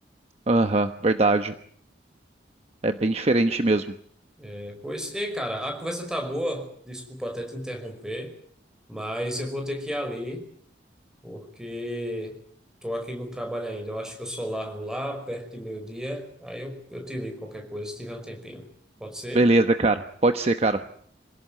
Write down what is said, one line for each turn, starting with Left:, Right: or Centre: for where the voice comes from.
Right: Aham, verdade. É bem diferente mesmo.
Centre: É, pois, ei, cara, a conversa tá boa, desculpa até te interromper, mas eu vou ter que ir ali, porque tô aqui no trabalho ainda. Eu acho que eu só largo lá perto de meio-dia, aí eu, eu te ligo qualquer coisa se tiver um tempinho. Pode ser?
Right: Beleza, cara. Pode ser, cara.